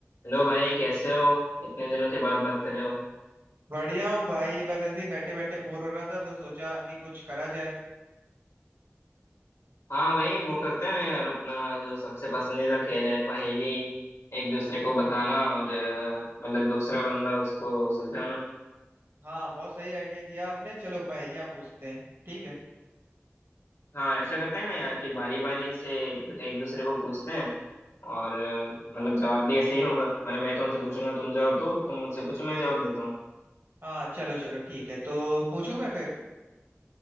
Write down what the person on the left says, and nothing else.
Hello भाई कैसे हो इतने दिनों
के बाद बात कर रहे हो
हाँ भाई वो करते हैं ना यार अपना जो सबसे पसंदीदा खेल है पहेली एक दूसरे को बताना और अ, मतलब दूसरा बंदा उसको सुलझाना
हाँ ऐसा करते हैं ना यार कि बारी बारी से एक, एक दूसरे को पूछते हैं और अ, मतलब जवाब भी ऐसे ही होगा मतलब मैं तुमसे पूछूंगा तुम जवाब दो तुम मुझसे पूछो मैं जवाब देता हूँ